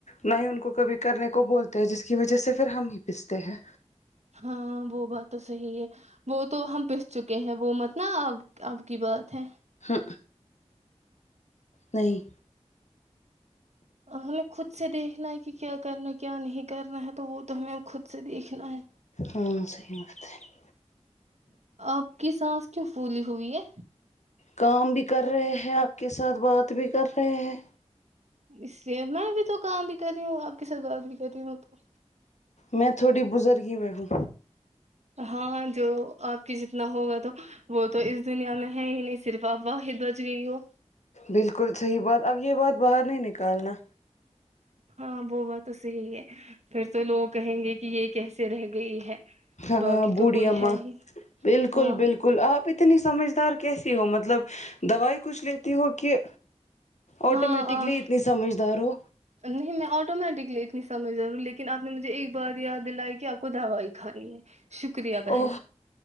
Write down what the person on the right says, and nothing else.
ہاں وه بات تو صحیح ہے وہ تو ہم پس چکے ہیں وہ مت نا آب اب کی بات ہے
اب ہمیں خود سے دیکھنا ہے کہ کیا کرنا ہے کیا نہیں کرنا ہے تو وہ تو ہمیں اب خود سے دیکھنا ہے
آپ کی سانس کیوں پھولی ہوئی ہے
اس لیے میں بھی تو کام بھی کر رہی ہوں آپ کی ساتھ بات بھی کر رہی ہوں تو
ہاں جو آپ کے جتنا ہوگا تو وہ تو اس دنیا میں ہے ہی نہیں صرف آپ واحد بچ گئی ہو
ہاں وہ بات تو صحیح ہے پھر تو لوگ کہیں گے کہ یہ کیسے رہ گئی ہے
باقی
تو کوئی
ہے ہی
ہاں
ہاں اں
نہیں میں آٹومیٹکلی سمجھدار ہوں لیکن آپ نے مجھے ایک بار یاد دلائی کہ آپ کو دوائی کھانی ہے شکریہ بہن